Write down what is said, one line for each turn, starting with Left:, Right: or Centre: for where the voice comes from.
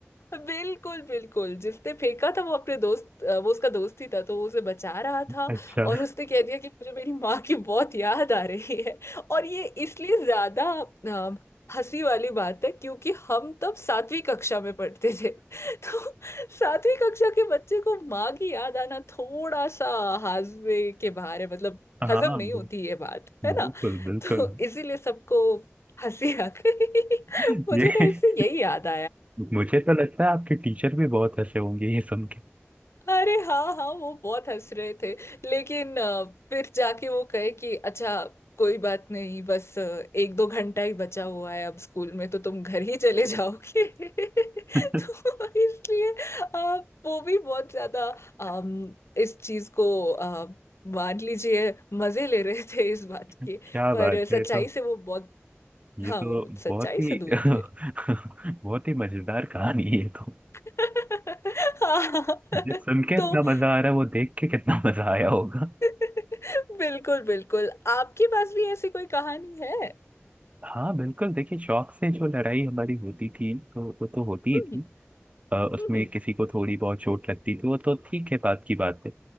Left: बिल्कुल बिल्कुल जिसने फेंका था वो अपने दोस्त अ, वो उसका दोस्त ही था तो वो उसे बचा रहा था
Right: अच्छा
Left: और उसने कह दिया कि मुझे मेरी माँ की बहुत याद आ रही है और ये इसलिए ज्यादा अ, हंसी वाली बात है क्योंकि हम तब सातवीं कक्षा में पढ़ते थे <laughs> तो सातवीं कक्षा के बच्चे को माँ की याद आना थोड़ा सा हाजमे के बाहर है मतलब
Right: हाँ
Left: हजम नहीं होती ये बात
Right: बिल्कुल
Left: है ना
Right: बिल्कुल
Left: तो इसीलिए सबको हंसी आ गई
Right: ये
Left: <laughs> मुझे ना इससे यही याद
Right: मुझे तो लगता है आपके टीचर भी बहुत हंसे होंगे ये सुन
Left: अरे हाँ हाँ वो बहुत हंस रहे थे लेकिन अ, फिर जाके वो कहे कि अच्छा कोई बात नहीं बस अ, एक दो घंटा ही बचा हुआ है अब स्कूल में तो तुम घर ही चले जाओगे <laughs>
Right: के
Left: तो इसलिए अ, वो भी बहुत ज्यादा अम, इस चीज को अ, मान लीजिए मजे ले रहे थे इस बात के
Right: क्या
Left: पर
Right: बात
Left: सच्चाई
Right: है ये तो
Left: से वो बहुत
Right: ये
Left: हाँ
Right: तो
Left: वो सच्चाई
Right: बहुत ही
Left: से दूर
Right: <laughs>
Left: थे
Right: बहुत ही मजेदार कहानी है ये तो
Left: <laughs> हाँ
Right: ये सुन के इतना
Left: तो
Right: मजा आ रहा है वो देख के कितना <laughs> मजा आया होगा
Left: <laughs> बिल्कुल बिल्कुल आपके पास भी ऐसी कोई कहानी है
Right: हाँ बिल्कुल देखिए शौक से जो लड़ाई हमारी होती थी तो वो तो होती ही
Left: हम्म
Right: थी अ, उसमें
Left: हम्म,
Right: किसी को थोड़ी बहुत चोट लगती थी वो तो ठीक है बात की बात है